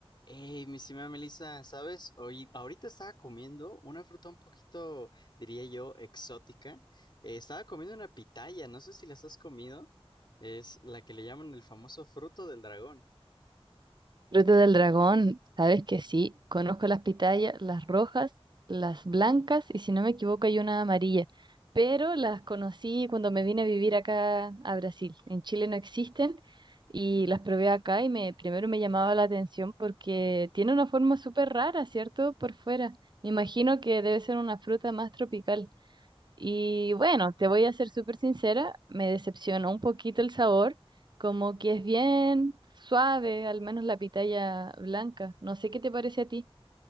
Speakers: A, on the left (about 50°); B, on the right (about 45°).
A: Hey, mi estimada Melissa, ¿sabes? Hoy, ahorita estaba comiendo una fruta un poquito, diría yo, exótica. Eh, estaba comiendo una pitaya, no sé si las has comido. Es la que le llaman el famoso fruto del dragón.
B: Fruta del dragón, sabes que sí, conozco las pitayas, las rojas, las blancas y si no me equivoco hay una amarilla, pero las conocí cuando me vine a vivir acá a Brasil. En Chile no existen y las probé acá y me primero me llamaba la atención porque tiene una forma súper rara, ¿cierto? Por fuera. Me imagino que debe ser una fruta más tropical. Y bueno, te voy a ser súper sincera, me decepcionó un poquito el sabor, como que es bien suave, al menos la pitaya blanca. No sé qué te parece a ti.